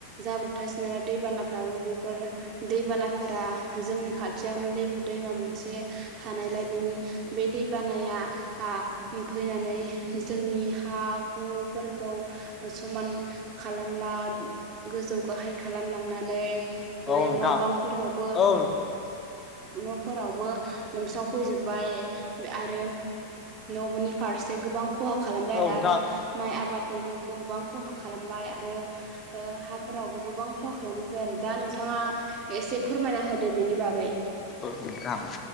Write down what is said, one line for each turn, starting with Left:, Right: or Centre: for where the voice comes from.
Right: जाब्रबथासिनो नालाय दैबानाफ्राबो बेफोर दैबानाफोरा जोंनि खाथियावनो दै दैमा मोनसे थानायलाय बिनि बे दै बानाया आ फैनानै जोंनि हा हुफोरखौ समान खालामला गोजौ गाहाय खालामलांनानै ओ
Left: औ नोंथां
Right: न' बांफोरावबो
Left: औ नोंथां औ
Right: न'फोरावबो लोमसावफैजोब्बाय आरो न'नि फारसे गोबां खहा खालामबाय
Left: नोंथां
Right: आरो आरो माइ आबाद निबो गोबां खहा खालामबाय आरो हाफोरावबो गोबां खहा खालामनाय जाय आरो दा नोंथाङा एसे फोरमायना होदो बेनि बागै।
Left: औ नोंथां